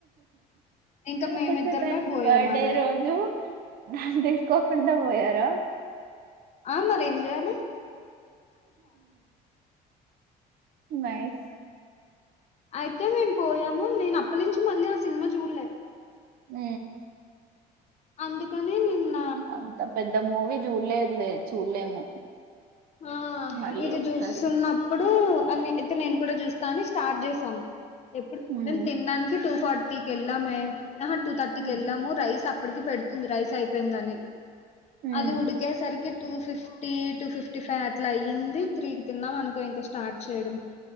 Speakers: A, on the left; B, on the right.
A: ఇంక
B: <inaudible>
A: మేమిద్దరమే
B: బర్త్డే
A: పోయాం ఆ
B: రోజు దాన్ని తీసుకోకుండా పోయారా.
A: ఆ మరి ఏం చేయాలి
B: నైస్
A: అయితే మేము పోయాము నేను అప్పటినుంచి మళ్ళీ ఆ సినిమా చూడలే.
B: ఊ
A: అందుకని నిన్న్
B: అంత పెద్ద మూవీ చూడలేదులే చూడలేము.
A: హా
B: మళ్ళీ
A: ఇది
B: ఒకసారి
A: చూస్తున్నప్పుడూ అని అయితే నేను కూడా చూస్తా అని స్టార్ట్ చేసాం. ఎప్పుడు
B: హ్మ్.
A: మేమ్ తిన్డానికి టూ ఫార్టీకి ఎళ్ళామే ఆహ టూ థర్టీకి
B: హుహు.
A: ఎళ్ళాము రైస్ అప్ అప్పడికి పెడుతుంది రైస్ అయిపోయిందని
B: హ్మ్.
A: అది ఉడికేసరికి టూ ఫిఫ్టీ టూ ఫిఫ్ ఫిఫ్టీ ఫై అట్ల అయ్యింది త్రీకి తిన్నాం అనుకో ఇంకా స్టార్ట్ చేయడం.